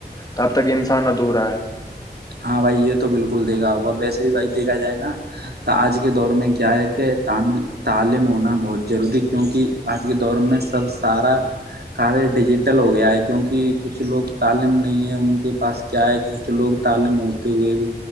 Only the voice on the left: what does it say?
تب تک انسان نہدھور آئے <unintelligible>